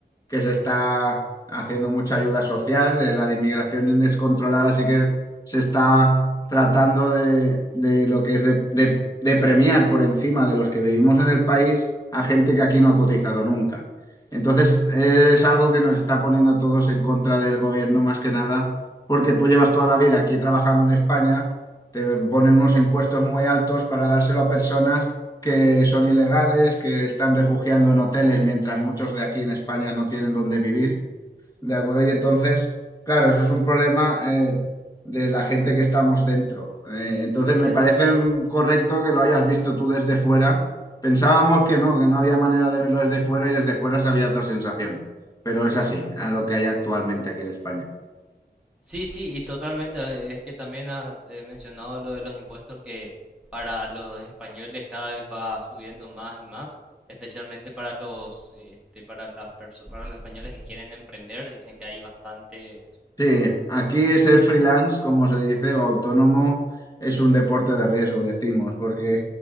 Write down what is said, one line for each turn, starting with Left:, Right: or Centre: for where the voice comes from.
Left: que se está haciendo mucha ayuda social, eh, la de inmigración descontrolada sí que se está tratando de, de lo que es de, de- de premiar por encima de los que vivimos en el país a gente que aquí no ha cotizado nunca. Entonces eh, es algo que nos está poniendo a todos en contra del gobierno más que nada porque tú llevas toda la vida aquí trabajando en España, te ponen unos impuestos muy altos para dárselo a personas que son ilegales, que están refugiando en hoteles mientras muchos de aquí en España no tienen dónde vivir, ¿de acuerdo? Y entonces, claro, eso es un problema eh, de la gente que estamos dentro. Eh, entonces,
Centre: Sí, eso.
Left: me parece correcto que lo hayas visto tú desde fuera. Pensábamos que no, que no había manera de verlo desde fuera y desde fuera se había otra sensación, pero es así, a lo que hay actualmente aquí en España.
Centre: Sí, sí, y totalmente. eh, Es que también has eh, mencionado lo de los impuestos que para los españoles cada vez va subiendo más y más, especialmente para los, eh, este, para las perso- para los españoles que quieren emprender, dicen que hay bastantes
Left: Sí, aquí ser freelance, como se dice, o autónomo, es un deporte de riesgo, decimos, porque